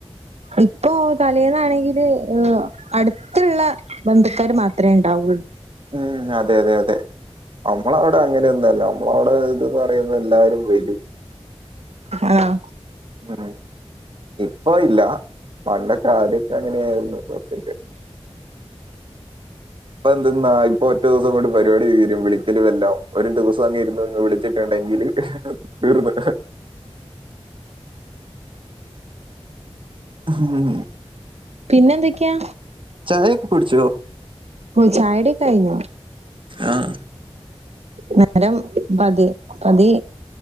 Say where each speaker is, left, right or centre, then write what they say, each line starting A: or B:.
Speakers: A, on the right; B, on the right.
A: ഇപ്പൊ തലേന്നാണെങ്കില് ഏഹ് അടുത്തുള്ള ബന്ധുക്കാര് മാത്രേ ഉണ്ടാവുള്ളൂ.
B: ഉം അതെ അതെ. നമ്മളവിടെ അങ്ങനെയൊന്നും അല്ല. നമ്മളവിടെ ഇതെന്ന് പറയുമ്പോ എല്ലാരും വരും.
A: ആഹ്.
B: ഉം ഇപ്പോ ഇല്ല. പണ്ടൊക്കെ ആദ്യക്കെ അങ്ങനെയായിരുന്നു കുറച്ചൊക്കെ. ഇപ്പൊ എന്തുന്നാ ഇപ്പൊ ഒറ്റ ദിവസം കൊണ്ട് പരിപാടി തീരും വിളിക്കലും എല്ലാം. ഒരു ദിവസങ്ങ് ഇരുന്നങ്ങ് വിളിച്ചി ട്ടുണ്ടെങ്കില് തീർന്ന്. ഉം.
A: പിന്നെ എന്തൊക്കെയാ?
B: ചായ ഒക്കെ കുടിച്ചോ?
A: ചായ കുടിയൊക്കെ കഴിഞ്ഞു.
B: ആഹ്
A: നേരം പത് പതി